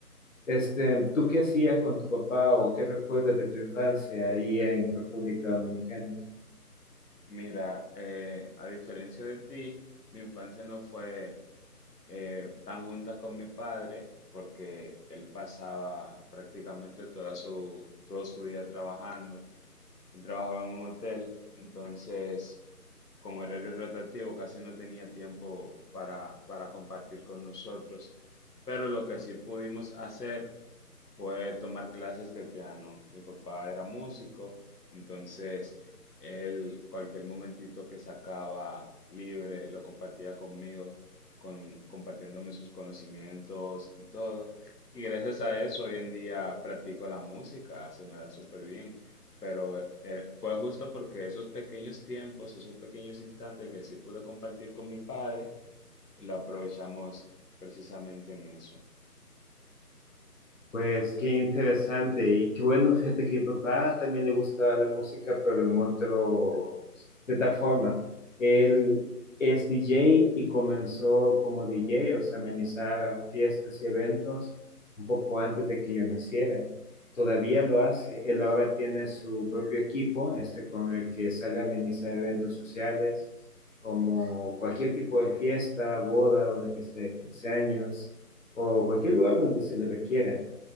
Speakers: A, on the left; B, on the left.
A: <laughs>
B: Este, ¿tú qué hacías con tu papá o qué recuerdas de tu infancia ahí en República Dominicana?
A: Mira, eh, a diferencia de ti, mi infancia no fue eh, tan junta con mi padre porque él pasaba prácticamente toda su, todo su día trabajando. Él trabajaba en un hotel, entonces con horario rotativo casi no tenía tiempo para, para compartir con nosotros. Pero lo que sí pudimos hacer fue tomar clases de piano. Mi papá era músico, entonces él cualquier momentito que sacaba libre lo compartía conmigo, con, compartiéndome sus conocimientos y todo. Y gracias a eso hoy en día practico la música, se me da súper bien. Pero era- fue justo porque esos pequeños tiempos, esos pequeños instantes que sí pude compartir con mi padre, lo aprovechamos precisamente en eso.
B: Pues qué interesante y qué bueno, fíjate que mi papá también le gustaba la música, pero en otro, de tal forma, él es DJ y comenzó como DJ, o sea, amenizar fiestas y eventos un poco antes de que yo naciera. Todavía lo hace, él ahora tiene su propio equipo, este con el que sale a amenizar eventos sociales, como cualquier tipo de fiesta, boda, una fiesta de 15 años o cualquier lugar donde se le requiera.